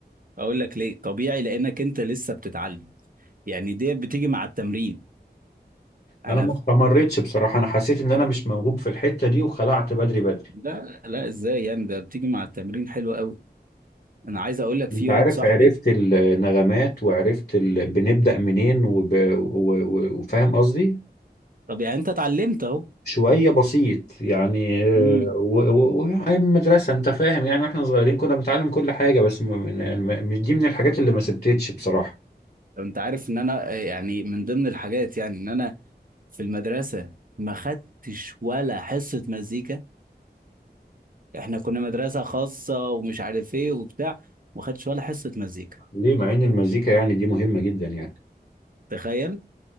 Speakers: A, on the right; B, on the left.
A: اقول لك ليه طبيعي لانك انت لسه بتتعلم يعني دي بتيجي مع التمرين انا
B: انا ما استمرتش بصراحه انا حسيت ان انا مش موهوب في الحته دي وخلعت بدري بدري
A: لا لا ازاي يعني ده بتيجي مع التمرين حلو قوي انا عايز اقول لك
B: انت
A: في
B: عارف
A: واد صاحبي
B: عرفت النغمات وعرفت ال... بنبدأ منين وب... و... و... وفاهم قصدي
A: طب يعني انت اتعلمت اهو
B: شوية بسيط يعني آه،
A: امم
B: و... و... و... أيام المدرسة انت فاهم يعني واحنا صغيرين كنا بنتعلم كل حاجة بس م... م- مش دي من الحاجات اللي ما سبتتش بصراحة
A: انت عارف ان انا آه، يعني من ضمن الحاجات يعني ان انا في المدرسه ما خدتش ولا حصه مزيكا احنا كنا مدرسه خاصه ومش عارف ايه وبتاع ما خدتش ولا حصه مزيكا
B: ليه مع ان المزيكا يعني دي مهمة جدا يعني
A: تخيل